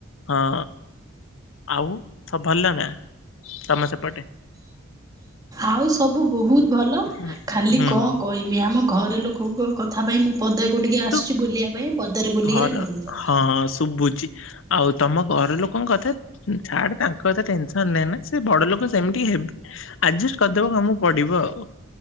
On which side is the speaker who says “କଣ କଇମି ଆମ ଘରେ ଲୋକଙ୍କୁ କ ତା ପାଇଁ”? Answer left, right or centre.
Right